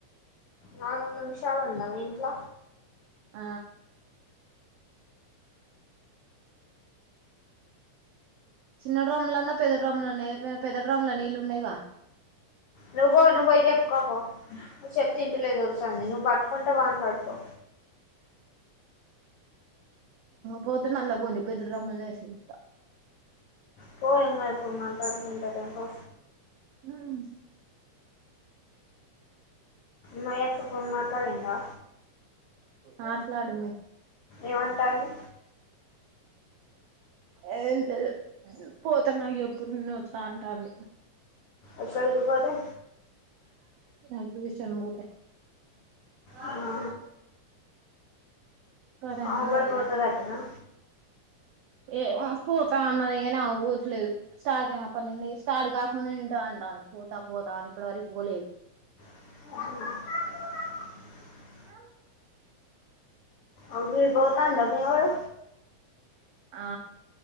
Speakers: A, on the left; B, on the right.
A: నాలుగు నిమిషాలు ఉందా మీ ఇంట్ల
B: ఆ చిన్న డ్రమ్ముల్నన్నా పెద్ద డ్రమ్ములన్నా ఎయ్యపోయవ పెద్ద డ్రమ్ముల నీళ్ళు ఉన్నాయిగా
A: నువ్వు పో నువ్ పోయి జేప్ పో చెప్తే ఇంటలేదు దొరసాని నువ్ పట్టుకుంటే మాట్లాడుకో
B: <unintelligible> <inaudible> పోతే నళ్ళ పోని పెద్ద డ్రమ్ములేసి ఉంచుత
A: పో ఇంగైకో మాట్లకుందిగాని పొ
B: ఉమ్
A: మా అక్క ఫోన్ మాట్లాడిందా
B: మాట్లాడింది
A: ఏమంటుంది
B: ఏం లేదు పోతే నాకు జేప్పు నేనో తా అంటంది
A: అక్కడకి పోతే
B: ఎగ్బిషన్ పోతే <inaudible>
A: ఆహా.
B: సరే
A: ఆమె
B: అని
A: కూడా
B: చెప్పిన
A: పోతాదంటనా
B: ఏమో పోత అన్నది గాని ఆమె పోట్లేదు స్టార్ట్ అయినప్పటి నుండి స్టార్ట్ కాకముందు నింట అంటంది. పోతా పోతా అని ఇప్పడు వరకు పోలేదు
A: <inaudible>
B: <inaudible>
A: అవ్వి బోతండ మీవోడు
B: ఆ